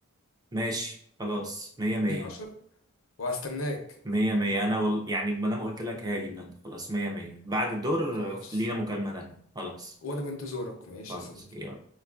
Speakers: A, on the right (about 20°); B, on the left (about 70°).
A: ماشي خلاص مية مية
B: 10 وهستناك
A: مية مية أنا وال... يعني ما دام قلت لك هاجي من عندك. خلاص مية مية بعد الدور
B: خلاص
A: آه، لينا مكالمة تانية خلاص
B: وانا بنتظرك ماشي
A: خلاص
B: يا صديقي
A: يلا